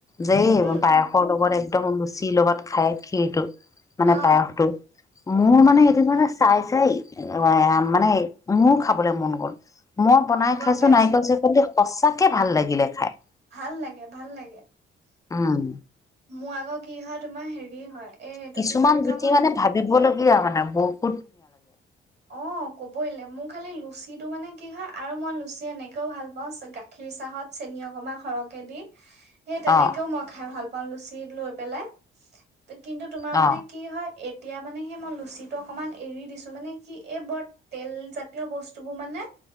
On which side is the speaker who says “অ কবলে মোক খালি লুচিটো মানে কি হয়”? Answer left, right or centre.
Right